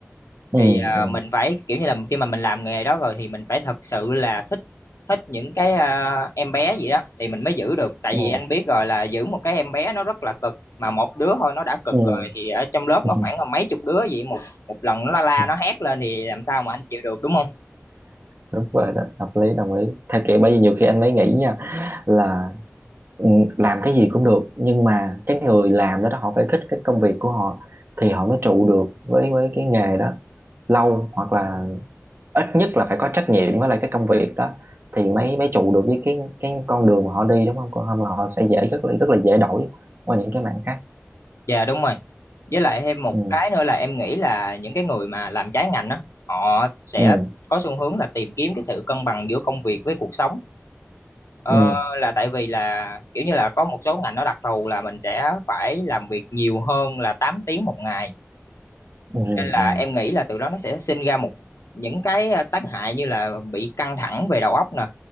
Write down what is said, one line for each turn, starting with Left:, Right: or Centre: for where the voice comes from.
Right: ừ
Left: thì à, mình phải kiểu như là khi mà mình làm nghề đó rồi thì mình phải thật sự là thích thích những cái à, em bé gì đó thì mình mới giữ được tại
Right: ừ
Left: vì anh biết rồi là giữ một cái em bé nó rất là cực mà một đứa thôi nó đã cực
Right: ừ
Left: rồi thì ở trong lớp
Right: <laughs>
Left: nó khoảng là mấy chục đứa vậy một một lần nó la la
Right: ừ.
Left: nó hét lên thì làm sao mà anh chịu được đúng không
Right: đúng rồi đó hợp lý đồng ý theo kiểu bởi vì nhiều khi anh mới nghĩ nha là ừ, làm cái gì cũng được nhưng mà cái người làm đó, đó họ phải thích cái công việc của họ thì họ mới trụ được với với cái nghề đó lâu hoặc là ít nhất là phải có trách nhiệm với lại cái công việc đó thì mới mới trụ được với cái cái con đường mà họ đi đúng không còn không là họ sẽ dễ rất là rất là dễ đổi qua những cái mảng khác
Left: dạ đúng rồi với lại thêm một
Right: ừ
Left: cái nữa là em nghĩ là những cái người mà làm trái ngành đó họ sẽ
Right: ừ
Left: có xu hướng là tìm kiếm cái sự cân bằng giữa công việc với cuộc sống Ờ,
Right: ừ
Left: là tại vì là kiểu như là có một số ngành nó đặc thù là mình sẽ phải làm việc nhiều hơn là tám tiếng một ngày
Right: ừ
Left: nên là
Right: ừ
Left: em nghĩ là từ đó nó sẽ sinh ra một những cái ờ, tác hại như là bị căng thẳng về đầu óc nè